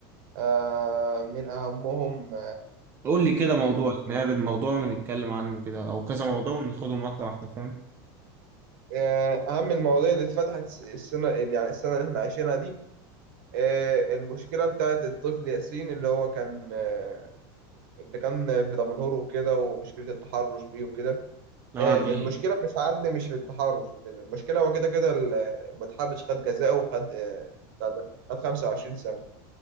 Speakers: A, on the right; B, on the right.
A: آه، من أهمهم
B: قول لي كده موضوع نعرض موضوع ونتكلم عنه كده او كذا موضوع وناخدهم واحده واحده فاهم
A: آه، أهم المواضيع اللي اتفتحت السنة اللي- يعني السنة اللي احنا عايشينها دي آه، المشكلة بتاعت الطفل ياسين اللي هو كان آه، اللي كان في دمنهور وكده ومشكلة التحرش بيه وكده
B: اه
A: آه،
B: دي
A: المشكلة مش عند مش في التحرش وكده المشكلة هو كده كده ال- المتحرش خد جزاءه وخد آه، بتاع ده خد 25 سنة